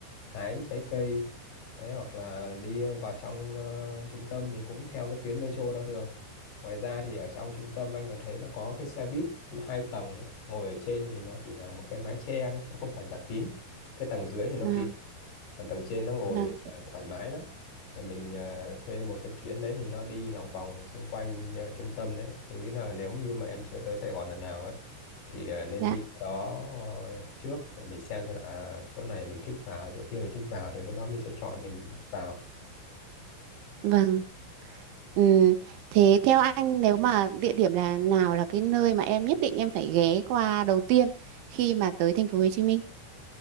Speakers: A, on the left (about 60°); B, on the right (about 75°).
A: hái trái cây đấy hoặc là đi vào trong ờ, trung tâm thì cũng theo cái tuyến metro đó được Ngoài ra thì ở trong trung tâm anh còn thấy nó có cái xe buýt hai tầng ấy. Ngồi ở trên thì nó chỉ là một cái mái che đấy, nó không phải dạng kín. Cái tầng dưới thì nó
B: vâng,
A: kín, còn tầng trên nó ngồi
B: vâng,
A: ờ, thoải mái lắm. Rồi mình ờ, thuê một cái chuyến đấy thì nó đi lòng vòng xung quanh ờ, trung tâm đấy. Anh nghĩ là nếu như mà em chưa tới Sài Gòn lần nào ấy thì ờ, nên
B: dạ,
A: đi đó ờ, trước để mình xem xem là à, chỗ này mình thích vào, chỗ kia mình thích vào thì lúc đó mình sẽ chọn mình vào.
B: vâng. Ừ. Thế theo anh nếu mà địa điểm là nào là cái nơi mà em nhất định em phải ghé qua đầu tiên khi mà tới thành phố Hồ Chí Minh?